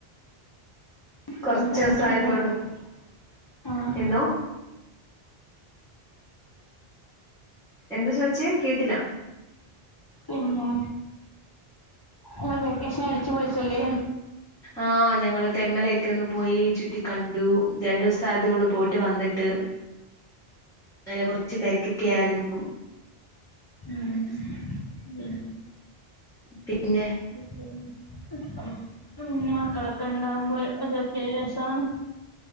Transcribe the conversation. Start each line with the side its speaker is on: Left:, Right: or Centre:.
Left: <unintelligible>
Centre: കൊറച്ച് ദിവസായതേള്ളു
Left: ആഹ്
Centre: എന്തോ എന്താ ചോയ്ച്ചേ കേട്ടില്ല?
Left: പിന്നെ ആ വെക്കേഷന് അടിച്ചു പൊളിച്ചല്ലേ?
Centre: ആഹ് ഞങ്ങള് തെമ്മലൊക്കെ ഒന്ന് പോയി ചുറ്റി കണ്ടു രണ്ടു ദിവസം ആയിട്ടെ ഒള്ളു പോയിട്ട് വന്നിട്ട് അങ്ങനെ കൊറച്ച് തെരക്കൊക്കെ ആയിരുന്നു
Left: ഉം പിന്നെ
Centre: പിന്നെ
Left: അങ്ങനെ പോന്നു മക്കളൊക്കെ ഇണ്ടാവുമ്പോ അതൊക്കെ ഒരു രസമാണ്